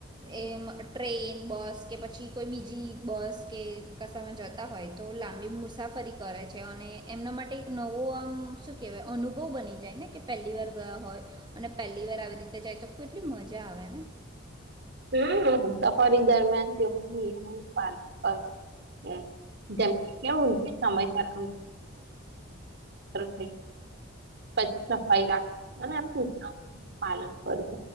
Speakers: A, on the right; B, on the right.
A: એમ ટ્રેન બસ કે પછી કોઈ બીજી બસ કે કાસામાં જતા હોય તો લાંબી મુસાફરી કરે છે અને એમના માટે એક નવો આમ શું કેવાય અનુભવ બની જાય ને કે પહેલી વાર ગયા હોય અને પહેલી વાર આવી રીતે જાય તો એટલી મજા આવે ને
B: સફરી દરમિયાન તેઓ પા કરવા <inaudible> જ સમય કર <inaudible> થ પછી સફાઈ રાખ અને એમ સૂચનાઓ પાલન કરું